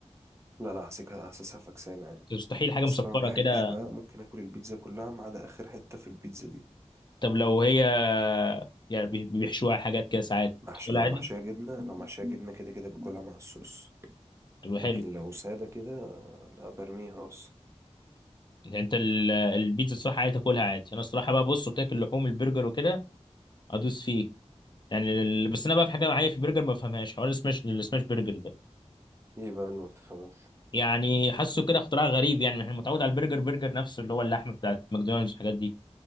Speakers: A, on the right; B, on the left.
A: لا لا حاسسها حاسسها فكسانه يعني
B: مستحيل حاجه
A: بس
B: مسكره
A: انا ما بحبش
B: كده
A: بقى ممكن اكل البيتزا كلها ما عدا اخر حته في البيتزا دي
B: طب لو هي يعني بي- بيحشوها حاجات كده ساعات
A: محش
B: تاكلها
A: لو
B: عادي
A: محشيه جبنه لو محشيه جبنه كده كده باكلها مع الصوص
B: تبقى حلو
A: لكن لو ساده كده لا برميها اصلا
B: يعني انت ال- البيتزا الصراحه عادي تاكلها عادي انا الصراحه بقى بص قلت لك اللحوم البرجر وكده ادوس فيه يعني ال... بس انا بقى في حاجه معايا في البرجر ما بفهمهاش حوار السماش السماش برجر ده
A: ايه بقى اللي ما بتفهموش
B: يعني حاسه كده اختراع غريب يعني احنا متعود على البرجر برجر نفسه اللي هو اللحمه بتاعت ماكدونالدز والحاجات دي